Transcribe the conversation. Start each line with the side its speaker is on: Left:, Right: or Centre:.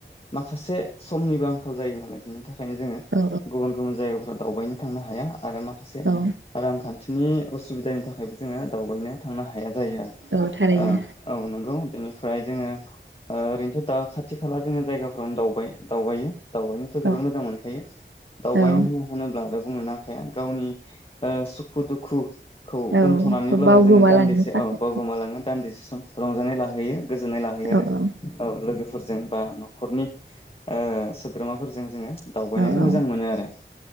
Left: माखासे समनिबो आंखाल जायो नालाय बेनो थाखायनो जोङो
Right: औ
Left: गुबुन गुबुन <unintelligible> दावबायनो थांनो हाया आरो माखासे
Right: औ
Left: रां खान खान्थिनि असुबिदानि थाखायबो जोङो दावबायनो थांनो हाया जायो आ
Right: औ थारैनो
Left: औ नोंगौ बेनिफ्राय जोङो ओ ओरैनोथ दा खाथि खाला जोङो जायगाफ्रावनो दावबाय दावबायो दावबायनोथ जोबोर
Right: औ
Left: मोजां मोनखायो दावबायनो
Right: औ
Left: होन होनोब्ला बुङो ना खाया गावनि ओ सुखु दुखुखौ
Right: औ
Left: दोनथनानैब्लाबो
Right: बावगोमालांनो
Left: जोङो दान्दिसे
Right: थाखाय
Left: औ बावगोमालाङो दान्दिसे रंजानाय लाहैयो गोजोननाय लाहैयो
Right: औ
Left: आरो औ लोगोफो फोरजों बा न नखरनि ओ सोद्रोमाफोरजों जोङो दावबायनानै
Right: औ औ
Left: मोजां मोनो आरो